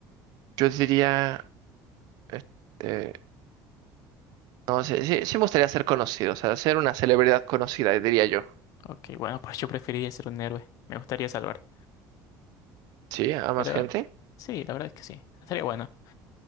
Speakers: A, on the right (about 60°); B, on the left (about 50°).
A: yo diría, este, no sé, sí, sí me gustaría ser conocido, o sea, ser una celebridad conocida, diría yo.
B: Ok, bueno, pues yo preferiría ser un héroe. Me gustaría salvar.
A: Sí, a más
B: Pero
A: gente.
B: sí, la verdad es que sí. Estaría bueno.